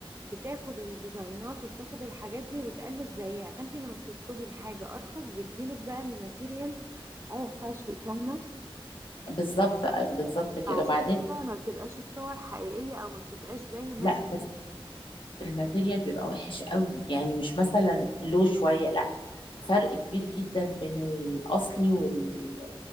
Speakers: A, on the right (about 30°); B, on the left (about 60°).
A: بتاخد الديزاينات وبتاخد الحاجات دي وتقلد زيها فانت لما بتطلبي الحاجة ارخص بتجيلك بقى الماتيريال اوحش وفاهمة
B: بالظبط بالظبط كده
A: فعشان
B: وبعدين
A: كده ما بتبقاش الصور حقيقية او ما بتبقاش زي ما
B: لا
A: انت
B: بس الماتيريال بيبقى وحش قوي يعني مش مثلا لو شويه لا فرق
A: م-
B: كبير جدا بين الأصلي وال...